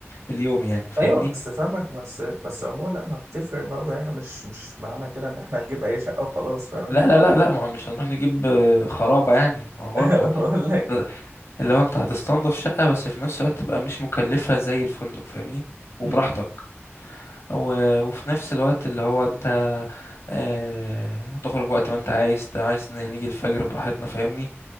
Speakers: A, on the left; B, on the right.
A: اليوم يعني فاهمني
B: ايوه بس فاهمك بس بس عموما لا ما بتفرق برضه ايه مش مش معنى كده ان احنا هنجيب اي شقه وخلاص فاهم انت
A: لا لا لا لا ما هو مش هنروح نجيب آه، خرابة يعني ما هو برضه
B: <laughs> بقول لك
A: ده- اللي هو انت هتستنضف شقة بس في نفس الوقت تبقى مش مكلفة زي الفندق فاهمني وبراحتك
B: م- م-
A: و- وفي نفس الوقت اللي هو انت آه، هتخرج وقت ما انت عايز عايز نيجي الفجر براحتنا فاهمني